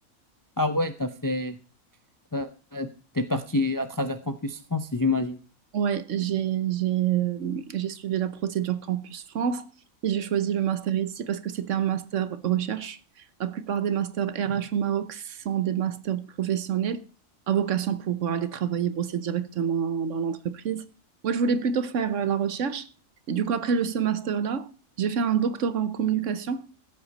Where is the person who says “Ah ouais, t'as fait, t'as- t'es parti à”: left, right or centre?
Left